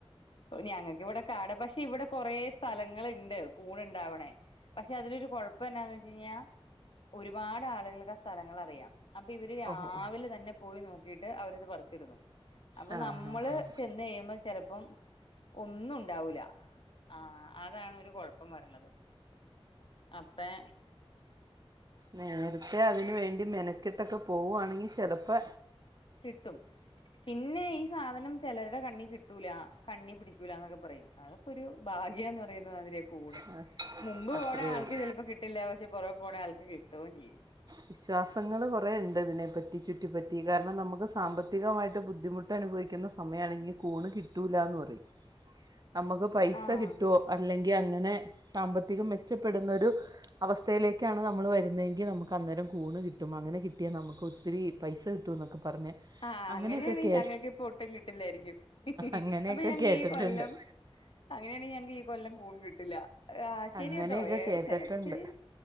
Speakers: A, on the left (about 55°); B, on the right (about 40°).
A: ഞങ്ങക്ക് വിടെ കാട ഭക്ഷ ഇവിടെ കൊറെേ സ്ഥലങ്ങളുണ്ട്. കൂൺ ഉണ്ടാവണേ പക്ഷെ അതിലൊരു കുഴപ്പം എന്താന്ന് വെച്ച കഴിഞ്ഞാ. ഒരുപാട് ആളുകൾക്ക് ആ സ്ഥലങ്ങൾ അറിയാം അപ്പൊ ഇവര് രാവിലെ
B: ഓ ഓ
A: തന്നെ പോയി നോക്കിട്ട് അവരത് പറിച്ചെടുക്കും അപ്പൊ
B: ആ
A: നമ്മള്
B: ഹാ ഹാ
A: ചെന്ന് കഴിയുമ്പോൾ ചെലപ്പം ഒന്നും ഉണ്ടാവൂല. ആഹ അതാണ് ഒരു കുഴപ്പം വരണത് അപ്പേ
B: നേരത്തെ അതിൻ വേണ്ടി മെനക്കിട്ടൊക്കെ പോവാണെങ്കിൽ ചിലപ്പ
A: കിട്ടും. പിന്നെ ഈ സാധനം ചെലരുടെ കണ്ണി കിട്ടൂല. കണ്ണി പിടിക്കൂല എന്നൊക്കെ പറയും. അതൊക്കെ ഒരു ഭാഗ്യ എന്ന് പറയുന്ന മാതിരിയ കൂണ്
B: ആ,
A: മുമ്പ്
B: അത്രയേ
A: പോണ ആൾക്ക്
B: ഉള്ളൂ
A: ചിലപ്പോ കിട്ടില്ല. പക്ഷെ പുറവെ പോണ ആൾക്ക് കിട്ടുകയും ചെയ്യും.
B: വിശ്വാസങ്ങൾ കുറെ ഉണ്ട് ഇതിനെപ്പറ്റി ചുറ്റിപ്പറ്റി കാരണം നമുക്ക് സാമ്പത്തികമായിട്ട് ബുദ്ധിമുട്ട് അനുഭവിക്കുന്ന സമയയാണെങ്കിൽ കൂണ് കിട്ടൂല്ല എന്ന് പറയും ഞമ്മക്ക് പൈസ
A: ആ
B: കിട്ടോ അല്ലെങ്കി യ അങ്ങനെ സാമ്പത്തികം മെച്ചപ്പെടുന്നൊ രു അവസ്ഥയിലേക്കാണ് നമ്മൾ വരുന്നതങ്കിൽ നമുക്ക് നമുക്ക് അന്നേരം കൂണ് കിട്ടും. അങ്ങനെ കിട്ടിയാൽ നമുക്ക് ഒത്തിരിപൈസ കിട്ടുന്നൊക്കെ പറഞ്ഞ്
A: ആഹ്
B: അങ്ങനെയൊക്കെ
A: അങ്ങനെയണെകി
B: കേ
A: ഞങ്ങൾക്ക് ഇപ്പൊ ഒട്ടും കിട്ടില്ലായിരിക്കും.
B: അങ്ങനെയൊക്കെ
A: അപ്പൊ ഞങ്ങക്ക്
B: കേട്ടിട്ടുണ്ട്
A: ഈ കൊല്ലം അങ്ങനെയാണെകി ഞങ്ങക്ക് ഈ കൊല്ലം കൂൺ കിട്ടില്ല. ആഹ് ശരിയാട്ടോ.
B: അങ്ങനെയൊക്കെ
A: ഏ
B: കേട്ടിട്ടുണ്ട്
A: ചെലപ്പോ ശരിയ